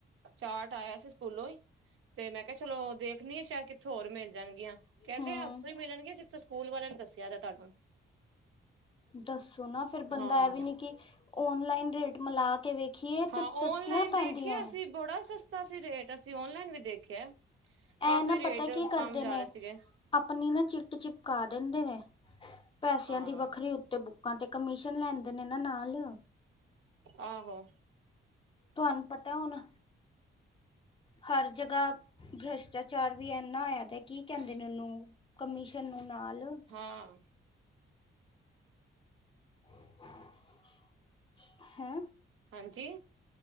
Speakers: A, on the right; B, on the left.
A: ਚਾਟ ਆਯਾ ਸੀ ਸਕੂਲੋਂ ਈ, ਤੇ ਮੈਂ ਕੇਆ ਚਲੋ ਦੇਖਣੀ ਆ, ਸ਼ੈਦ ਕਿੱਥੋਂ ਹੋਰ ਮੇਲ ਜਾਣਗੀਆ, ਕੈੰਦੇ
B: ਕਹਿੰਦੇ
A: ਆ ਉੱਥੋਂ ਈ ਮਿਲਣਗੀਆਂ, ਜਿੱਥੋਂ ਸਕੂਲ ਵਾਲੇਆਂ ਨੇ ਦੱਸੇਆ ਵੈ ਤਾਨੂੰ।
B: ਦੱਸੋ ਨਾ ਫੇਰ, ਬੰਦਾ
A: ਹਾਂ
B: ਐ ਵੀ ਨੀ ਕਿ ਓਨਲਾਈਨ ਰੇਟ ਮਲਾ ਕੇ ਵੇਖੀਏ।
A: ਹਾਂ,
B: ਤੇ ਸਸਤੀਆਂ
A: ਓਨਲਾਈਨ ਦੇਖੇਆ
B: ਪੈਂਦੀਆਂ ਏ
A: ਸੀ, ਬੜਾ ਸਸਤਾ ਸੀ ਰੇਟ, ਅਸੀਂ ਓਨਲਾਈਨ ਵੀ ਦੇਖੇਆ। ਕਾਫ਼ੀ
B: ਇਹ ਨਾ
A: ਰੇਟ
B: ਪਤਾ ਕੀ ਕਰਦੇ
A: ਕੱਮ ਜਾ
B: ਨੇ
A: ਰੇ ਸੀਗੇ।
B: ਆਪਣੀ ਨਾ, ਚਿੱਟ ਚਿਪਕਾ ਦਿੰਦੇ ਨੇ, ਪੈਸਿਆਂ
A: ਹਾਂ
B: ਦੀ ਵੱਖਰੀ ਉੱਤੇ ਬੁ। ਕਾ ਤੇ, ਕਮਿਸ਼ਨ ਲੈਂਦੇ ਨੇ ਨਾ ਨਾਲ।
A: ਆਹੋ।
B: ਤੁਵਾਨੂੰ, ਪਤਾ ਹੋਣਾ। ਹਰ ਜਗਾ ਭਿ੍ਸ਼ਟਾਚਾਰ ਵੀ ਏਨਾਂ ਹੋਏਆ ਦਾ, ਕੀ ਕੈਂਦੇ ਨੇਂ ਓਨੂੰ? ਕਮਿਸ਼ਨ ਨੂੰ ਨਾਲ ਸ
A: ਆ।
B: <inaudible> ਹੈ।
A: ਹਾਂਜੀ।